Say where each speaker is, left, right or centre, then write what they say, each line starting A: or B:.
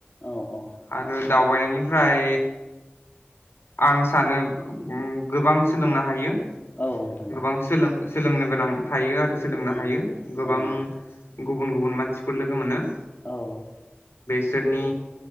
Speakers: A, on the left; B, on the left.
A: औ औ
B: आरो दावबायनायनि फ्राय आं सानो उम गोबां सोलोंनो हायो।
A: औ नोंथां
B: गोबां सोलों सोलोंनो गोनां थायो आरो सोलोंनो
A: ओ
B: हायो गोबां
A: ओ
B: गुबुन गुबुन मानसिफोर लोगो मोनो
A: औ
B: बिसोरनि